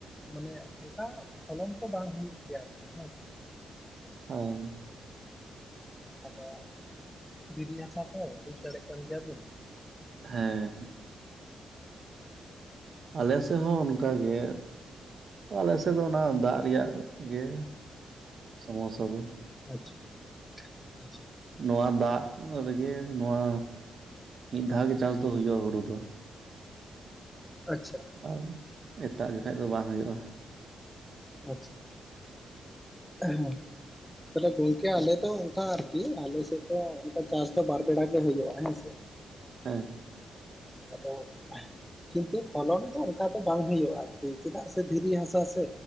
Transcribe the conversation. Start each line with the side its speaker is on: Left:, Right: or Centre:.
Centre: ᱢᱟᱱᱮ ᱚᱱᱠᱟ ᱯᱷᱚᱞᱚᱱ ᱠᱚ, ᱵᱟᱝ ᱦᱳᱭᱩᱜ ᱜᱮᱭᱟ ᱟᱨᱠᱤ ᱦᱮᱸᱥᱮ᱾
Right: ᱦᱮᱸ,
Centre: ᱟᱫᱚ ᱫᱤᱨᱤ ᱦᱟᱥᱟ ᱛᱚ, ᱵᱩᱡ ᱫᱟᱲᱮᱭᱟᱜ ᱠᱟᱱ ᱜᱮᱭᱟᱵᱤᱱ᱾
Right: ᱦᱮᱸ, ᱟᱞᱮ ᱥᱮᱫ ᱦᱚᱸ ᱚᱱᱠᱟᱜᱮ᱾ ᱟᱞᱮ ᱥᱮᱫ ᱫᱚ, ᱚᱱᱟ ᱫᱟᱜ ᱨᱮᱭᱟᱜ ᱜᱮ ᱥᱚᱢᱚᱥᱟ ᱫᱚ᱾
Centre: ᱟᱪᱪᱷᱟ, ᱟᱪᱪᱷᱟ᱾
Right: ᱱᱚᱣᱟ ᱫᱟᱜ ᱨᱮᱜᱮ ᱱᱚᱣᱟ, ᱢᱤᱫ ᱫᱷᱟᱣ ᱜᱮ ᱪᱟᱥ ᱫᱚ ᱦᱳᱭᱳᱜᱼᱟ, ᱦᱳᱲᱳ ᱫᱚ᱾
Centre: ᱟᱪᱪᱷᱟ,
Right: ᱟᱨ ᱮᱴᱟᱜ ᱡᱚᱠᱷᱟᱡ ᱫᱚ, ᱵᱟᱝ ᱦᱳᱭᱳᱜᱼᱟ᱾
Centre: ᱟᱪᱪᱷᱟ, ᱦᱮᱸ᱾ ᱛᱟᱦᱞᱮ ᱜᱚᱝᱠᱮ ᱟᱞᱮ ᱫᱚ ᱚᱱᱠᱟ ᱟᱨᱠᱤ, ᱟᱞᱮ ᱥᱮᱫ ᱫᱚ ᱚᱱᱠᱟ ᱪᱟᱥ ᱫᱚ ᱵᱟᱨ ᱵᱮᱲᱟ ᱜᱮ ᱦᱳᱭᱳᱜᱼᱟ ᱦᱮᱸᱥᱮ᱾
Right: ᱦᱮᱸ,
Centre: ᱟᱫᱚ ᱠᱤᱱᱛᱩ ᱯᱷᱚᱞᱚᱱ ᱫᱚ ᱚᱱᱠᱟ ᱫᱚ ᱵᱟᱝ ᱦᱳᱭᱳᱜᱼᱟ ᱟᱨᱠᱤ, ᱪᱮᱫᱟᱜ ᱥᱮ ᱫᱷᱤᱨᱤ ᱦᱟᱥᱟ ᱥᱮ